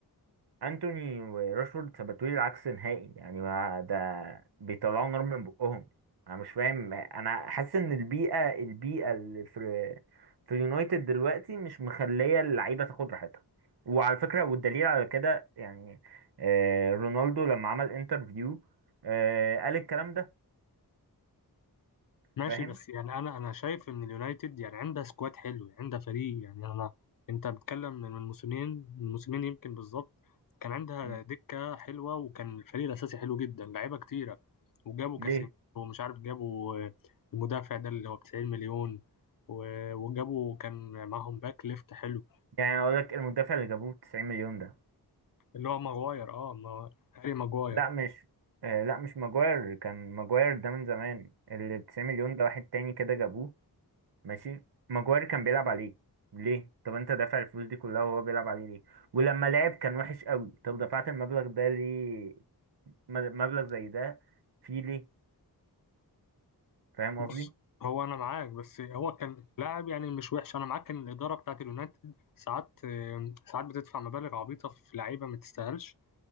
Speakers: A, on the right; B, on the left.
A: انتوني وراشفورد ثبتوا لي العكس نهائي يعني ما ده بيطلعوا نار من بقهم انا مش فاهم انا حاسس ان البيئه البيئه اللي في في اليونايتد دلوقتي مش مخليه اللعيبه تاخد راحتها وعلى فكره والدليل على كده يعني آه، رونالدو لما عمل انترفيو آه، قال الكلام ده
B: ماشي
A: فاهم
B: بس يعني انا انا شايف ان اليونايتد يعني عندها سكواد حلو يعني عندها فريق يعني انا انت بتتكلم من موسمين من موسمين يمكن بالظبط كان عندها
A: م.
B: دكة حلوة وكان الفريق الاساسي حلو جدا لعيبة كتيرة وجابوا
A: ليه
B: كاسيميرو ومش عارف جابوا آه، المدافع ده اللي هو ب 90 مليون و- وجابوا كان معاهم باك ليفت حلو
A: يعني اقول لك المدافع اللي جابوه 90 مليون ده
B: اللي هو ماغواير اه ما- هاري ماغواير
A: لا مش آه، لا مش ماجواير كان ماجواير ده من زمان اللي 90 مليون ده واحد تاني كده جابوه ماشي ماجواير كان بيلعب عليه ليه طب انت دافع الفلوس دي كلها وهو بيلعب عليه ليه ولما لعب كان وحش قوي طب دفعت المبلغ ده ليه م- مبلغ زي ده فيه ليه فاهم
B: بص
A: قصدي
B: هو انا معاك بس هو كان لاعب يعني مش وحش انا معاك ان الاداره بتاعت اليونايتد ساعات آه، ساعات بتدفع مبالغ عبيطه في لعيبه ما تستاهلش